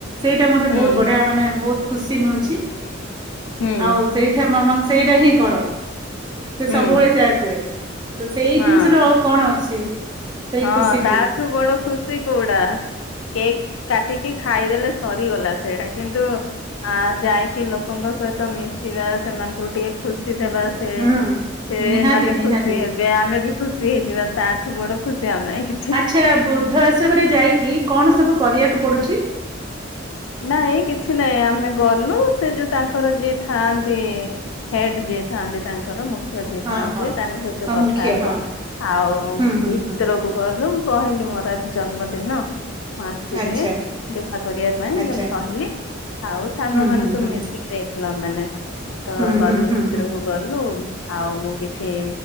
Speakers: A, on the right; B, on the left.
A: ସେଇଟା ମୋତେ
B: ହୁଁ
A: ବହୁତ୍ ବଢିଆ ମାନେ ବହୁତ ଖୁସି ମିଳୁଛି।
B: ହୁଁ
A: ଆଉ ସେଇଠେ ମାମା ସେଇଟା ହିଁ କର। ସେ
B: ହୁଁ
A: ସବୁବେଳେ ସେଆ କୁହେ ତ ସେଇ
B: ହଁ
A: ଜିନିଷ ଠୁ ଆଉ କଣ ଅଛି। ସେଇ
B: ହଁ
A: ଖୁସିଠୁ
B: ତା ଠୁ ବଡ ଖୁସି କୋଉଡା କେକ୍ କାଟିକି ଖାଇଦେଲେ ସରିଗଲା ସେଇଟା କିନ୍ତୁ ଆ ଯାଇକି ଲୋକଙ୍କ ସହିତ ମିଶିବା, ସେମାନଙ୍କୁ ଟିକେ ଖୁସି ଦେବା ସେ
A: ହୁଁ
B: ସେ
A: ନିହାତି
B: ମାନେ
A: ନିହାତି
B: ଖୁସି ହେବେ ଆମେ ବି ଖୁସି ହେଇଯିବା ତାଠୁ ବଡ ଖୁସି ଆଉନାହିଁ କି
A: ଆଚ୍ଛା ବୃଦ୍ଧ ଆଶ୍ରମରେ ଯାଇକି କଣ ସବୁ କରିବାକୁ ପଡୁଛି?
B: ନାଏ କିଛି ନାଇଁ ଆମେ ଗଲୁ ସେ ଯୋଉ ତାଙ୍କର ଯିଏ ଥାଆନ୍ତି। ହେଡ୍ ଯିଏ ଥାନ୍ତି ତାଙ୍କର ମୁଁ ଖ୍ୟ ଯିଏ
A: ହଁ
B: ଥାନ୍ତି
A: ହଁ
B: ତାଙ୍କ ସହିତ
A: ହଁ
B: କଥା
A: ମୁଖ୍ୟ
B: ହେଲୁ
A: ହଁ
B: ଆଉ
A: ହୁଁ ହୁଁ
B: ଭି
A: ହୁଁ
B: କୁ ଗଲୁ ମୁଁ କହିଲି ମୋର ଆଜି ଜନ୍ମଦିନ ମୁଁ ଆସଛି
A: ଆଚ୍ଛା
B: ଟିକେ ଦେଖା କରିବା ପାଇଁ
A: ଆଚ୍ଛା
B: ବୋଲି କହିଲି ଆଉ ସାଙ୍ଗ
A: ହୁଁ
B: ମାନ
A: ହୁଁ
B: ସବୁ
A: ହୁଁ
B: ମିଶିକି ଯାଇ ଥିଲୁ ଆମେ ମାନେ ତ
A: ହୁଁ
B: ଗଲୁ
A: ହୁଁ
B: ଭିତରକୁ
A: ହୁଁ
B: ଗଲୁ ଆଉ ମୁଁ କିଛି